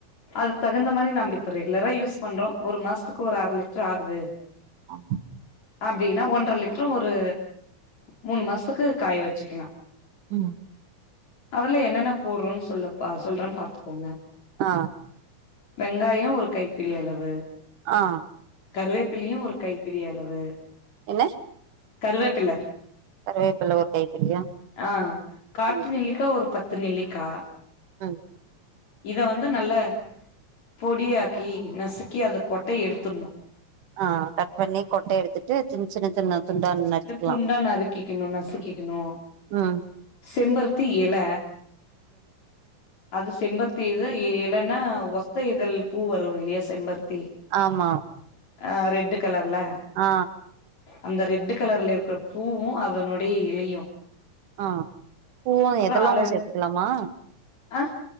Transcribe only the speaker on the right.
ஆ
ம்
ஆ
ஆ
என்ன
கருவேப்பில ஒரு கைப்பிடியா
ம்
ம்
ஆ கட் பண்ணி கொட்ட எடுத்துட்டு சின்ன சின்ன சின்ன துண்டா நறுக்கிக்கலா
அ
ஆமா
ஆ
ஆ பூவு
எதழு
சேத்துக்கலாமா